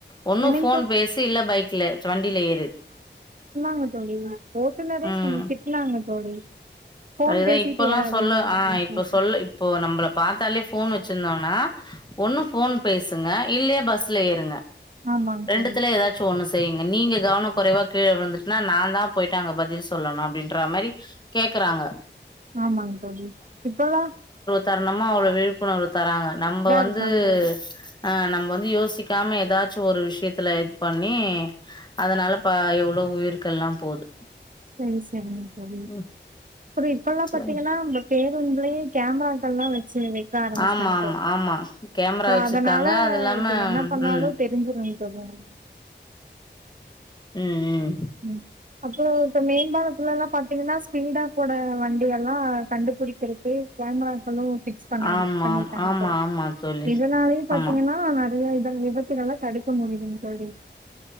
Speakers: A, on the left; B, on the right.
A: ஒன்னு‌
B: என்னங்க
A: ஃபோன்
B: தோழி
A: பேசு இல்ல பைக்ல வண்டில ஏறு
B: ஆ தோழி ந ஓட்டுநரே
A: ம்.
B: சொன் திட்னாங்க தோழி ஃபோன்
A: அதுதான்
B: பேசிட்டு
A: இப்பல்லாம்
B: ஏறாதீங்க
A: சொல்ல
B: அப்டின்னு
A: ஆ இப்ப
B: சொல்லிட்டு
A: சொல்ல இப்போ நம்பள பாத்தாலே போன் வ ச்சிருந்தானா ஒண்ணு ஃபோன் பேசுங்க இல்லாயா பஸ்ல ஏறுங்க
B: ஆமாங்
A: ரெண்டுத்துல
B: தோழி
A: ஏதாச்சும் ஒண்ணு செ பெய்ங்க நீங்க கவன கொறைவா கீழ விழுந்துட்ணா நான் தான் போயிட்டு அங்க பதில் சொ சொல்லணும் அப்டின்ற மாரி கேக்குறாங்க.
B: ஆமாங்க தோழி இப்பலா
A: தரணமா அவ்ளோ விழு ப்புணர்வு தராங்க நம்ப வந்து
B: இருக்காங்க
A: ஆ நம்ப வந்து யோசிக் க்காம ஏதாச்சும் ஒரு விஷயத்துல இது பண்ணி அதனால பா எவ்வளோ உயிர்கல்லாம் போது.
B: ம் செரிங்க தோழி.
A: ம்
B: அப்டி இப்பல்லாம்
A: சரி.
B: பாத்தீங்கன்னா பேருந்துலுயே கேமராக்கேல்லாம் வெ சிலர் வெக்க ஆரம்பிச்டாங்க
A: ஆமா ஆமா ஆமா கேமரா
B: தோ
A: வச்சிருக்காங்க
B: அதனால
A: அது இல்லாம
B: இது என்ன
A: ம்
B: பண்ணாலும்
A: ம்
B: தெரிஞ்சிரு‌ தோழி உங்குளுக்கு
A: ம் ம்
B: ம் அப்றோ இப்ப மெயின் பாலத்ல எல்லா பாத்தீங்கன்னா ஸ்பீடா கூட வண்டி எல்லா கண்டுபுடிக்கருக்கு கேமராக்கெல்லா ஃபிக்ஸ் பண்ணாடி
A: ஆமா
B: பண்ணிட்டாங்க
A: ஆமா
B: போல
A: ஆமா தோழி
B: இதனாலயே பாத்தீங்கன்னா
A: ஆமா
B: நெறயா இத விபத்துகள் எல்லா தடுக்க முடியுதுங்கு தோழி